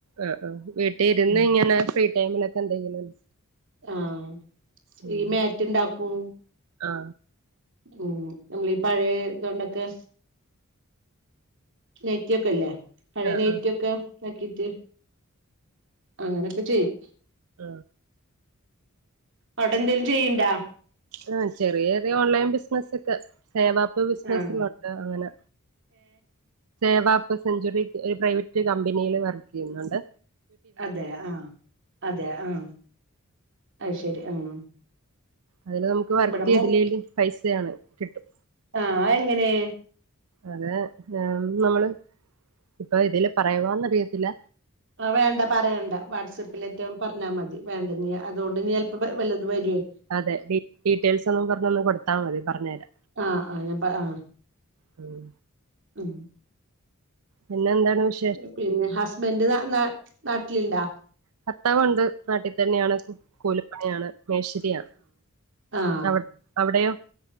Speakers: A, on the right; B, on the right.
A: ആ ആ വീട്ടി ഇരുന്ന്
B: ഉം
A: ഇങ്ങനെ ഫ്രീ ടൈമിലൊക്കെ എന്തെങ്കിലും..
B: ആഹ്..
A: ഉം
B: ഈ മാറ്റ് ണ്ടാക്കും..
A: ആ..
B: ഉം. നമ്മളീ പഴേ തോണ്ടൊക്കെ.. നൈറ്റിഒക്കല്ലേ.. പഴേ
A: ആ
B: നൈറ്റിയൊക്കെ
A: ആ
B: താക്കിട്ട് അങ്ങനെയൊക്കെ ചെയ്യും.
A: ആ..
B: അൗടെ എന്തേലും ചെയ്യ്ണ്ടാ..
A: ഉം.. ചെറ്യേ റിയ ഓൺലൈൻ ബിസിനസ്ക്കെ <unintelligible> പ്പൊ ബിസിനസ്ലൊണ്ട്
B: ആഹ്
A: അങ്ങനെ.. സേവാപ്പ് സെഞ്ച്വറി ഒരു പ്രൈവറ്റ് കമ്പനീല് വർക്ക്യ്യുന്നുണ്ട്..
B: അതെ ആഹ്.. അതെ ആഹ്.. അഅ് ശരി ആഹ്..
A: അതില്നമക്ക് വർക്കെയ്തില്ലേലും
B: ഇവിടെ മോ
A: പൈസയാണ് കിട്ടും..
B: ആ.. അഎങ്ങനെ..?
A: അങ്ങനെ നമ്മള് ഇപ്പൊ ഇതില് പറയവാന്നറിയത്തില്ല
B: ആ വേണ്ട പറയണ്ട. വാട്സപ്പിൽലെറ്റെ പറഞ്ഞാ മതി. വേണ്ടന്നി അതോണ്ട് നീ ചെല്പ വല്ലതും വര്വൊയ്
A: അതെ ഡീ ഡീറ്റെയിൽസൊന്നും പർഞ്ഞൊന്ന് കൊടുത്താ മതി. പർഞ്ഞരാ
B: ആ അങ്ങ പ ആ..
A: ഉം...
B: ഉം <inaudible>
A: പിന്നെന്താണ് വിശ്..
B: പ പിന്നെ ഹസ്ബന്റ് ന നാ നാട്ടിലിണ്ടാ..
A: ഫർത്താവുണ്ട്. നാട്ടിത്തനെയാണ് കൂലിപ്പണിയാണ്. മേശ് രിയാണ്.
B: ആ.
A: അവി അവിടെയോ?